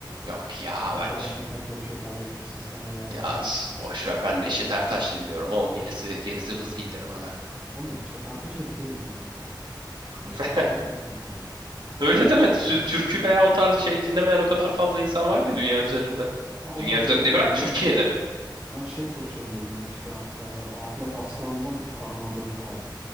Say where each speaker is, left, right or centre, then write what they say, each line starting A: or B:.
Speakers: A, on the right; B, on the right.
A: Yok ya
B: Yani
A: ben
B: gerçekten çok şey kaybetmişsin sen yani.
A: ya
B: Hani
A: s- boş ver ben Neşet Ertaş dinliyorum oğlum gerisi gerisi hız gelir bana.
B: Oğlum Neşet Ertaş'ı hepimiz dinliyoruz. Bak,
A: <laughs>
B: Neşet Ertaş'ı hepimiz dinliyoruz.
A: Öyle demedi.
B: Hani
A: Sü- Türkü veya o tarz şey dinlemeyen o kadar fazla insan var ki dünya üzerinde.
B: ya o
A: Dünya
B: da
A: üzerinde
B: bu arada
A: bırak
B: ben
A: Türkiye'de
B: mesela
A: bile.
B: ben şey çok sevmiyorum mesela e, Ahmet Aslan'dan tanımadığım tel.